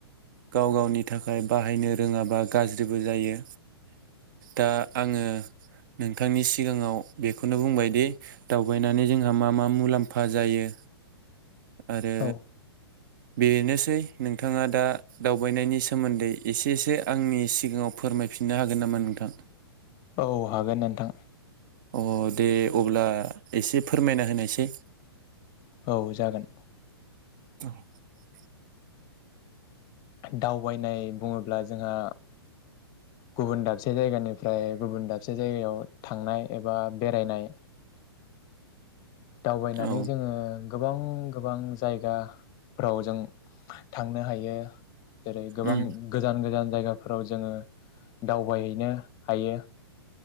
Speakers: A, on the right (about 50°); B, on the left (about 30°).
A: गाव गावनि थाखाय बाहायनो रोङाबा गाज्रिबो जायो दा आङो नोंथांनि सिगाङाव बेखौनो बुंबायदि दावबायनानै जोंहा मा मा मुलाम्फा जायो। आरो
B: औ
A: बेनोसै नोंथाङा दा दावबायनायनि सोमोन्दै एसे सो आंनि सिगाङाव फोरमायफिननो हागोन नामा नोंथां?
B: औ हागोन नोंथां।
A: अ दे अब्ला एसे फोरमायना होनायसै।
B: औ जागोन।
A: <inaudible>
B: दावबायनाय बुङोब्ला जोंहा गुबुन दाबसे जायगानि फ्राय गुबुन दाबसे जायगायाव थांनाय एबा बेरायनाय। दावबायनानै
A: औ
B: जोङो गोबां गोबां जायगाफ्राव जों थांनो हायो। जेरै गोबां
A: उम
B: गोजान गोजान जायगा फोराव जोङो दावबायहैनो हायो।